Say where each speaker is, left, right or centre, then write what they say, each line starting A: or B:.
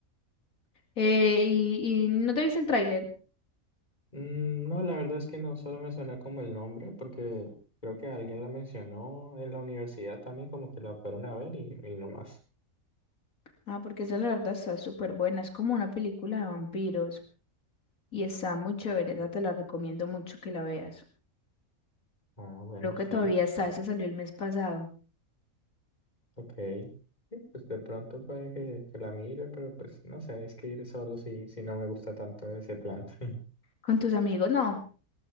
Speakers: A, on the left; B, on the left.
A: Eh, y, y no te viste el tráiler,
B: Mm, no, la verdad es que no solo me suena como el nombre, porque creo que alguien la mencionó en la universidad también, como que la fueron a ver y, y no más.
A: ah, porque esa la verdad está súper buena, es como una película de vampiros. y está muy chévere, esa te la recomiendo mucho que la veas.
B: Ah, bueno,
A: Creo que
B: sí.
A: todavía está, esa salió el mes pasado.
B: Ok. Sí, pues de pronto puede que, que la mire, pero pues no sé, es que ir solo si, si no me gusta tanto ese plan. <laughs>
A: Con tus amigos, no.